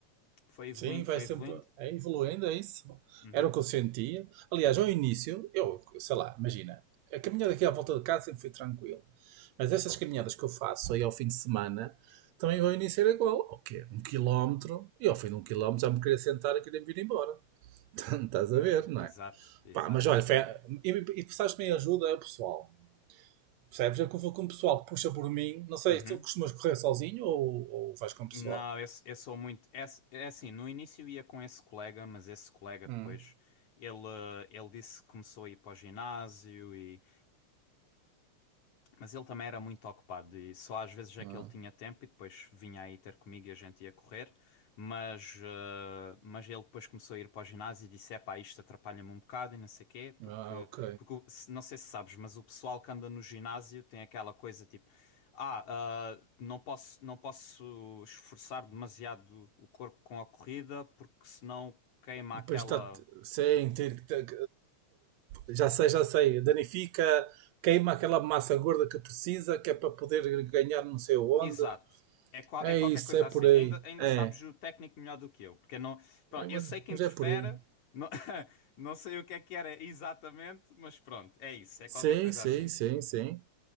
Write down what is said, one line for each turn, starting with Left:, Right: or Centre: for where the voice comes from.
Left: Foi evoluindo,
Right: Sim, vai
Left: foi
Right: sempre
Left: evoluindo.
Right: é evoluindo, é isso.
Left: Uhum.
Right: Era o que eu sentia. Aliás, ao início, eu, sei lá, imagina, a caminhada aqui à volta de casa sempre foi tranquilo. Mas estas caminhadas que eu faço aí ao fim de semana, também ao início era igual. O quê? Um quilómetro. E ao fim de um quilómetro já me queria sentar e queria me vir embora. <laughs> Estás
Left: Foi-
Right: a ver, não
Left: Exato,
Right: é?
Left: exato.
Right: Pá, mas olha, foi, e, e precisaste me ajuda, é o pessoal. Percebes? É que eu vou com o pessoal que puxa por mim. Não sei,
Left: Uhum.
Right: tu costumas correr sozinho ou, ou vais com o pessoal?
Left: Não, eu, eu sou muito. É, é assim, no início eu ia com esse colega, mas esse colega
Right: Hum.
Left: depois ele, eh, ele disse que começou a ir para o ginásio e, Mas ele também era muito ocupado e só às vezes é que
Right: Ah,
Left: ele tinha tempo e depois vinha aí ter comigo e a gente ia correr. Mas, eh, mas ele depois começou a ir para o ginásio e disse: Epá, isto atrapalha-me um bocado e não sei quê, porque,
Right: ah, ok.
Left: porque o- se- não sei se sabes, mas o pessoal que anda no ginásio tem aquela coisa tipo: Ah, ah, não posso, não posso esforçar demasiado o corpo com a corrida porque senão queima
Right: Depois
Left: aquela.
Right: está. Sim, tem- tem- já sei, já sei. Danifica, queima aquela massa gorda que precisa, que é para poder ganhar não sei onde.
Left: Exato. É, qual-
Right: É
Left: é qualquer
Right: isso,
Left: coisa
Right: é por
Left: assim.
Right: aí.
Left: Ainda, ainda
Right: É,
Left: sabes o técnico melhor do que eu, porque não, pronto,
Right: é, mas,
Left: eu sei que
Right: mas
Left: interfere,
Right: é por aí.
Left: não, <laughs> não sei o que é que era exatamente, mas pronto, é isso, é
Right: Sim,
Left: qualquer coisa
Right: sim,
Left: assim.
Right: sim, sim.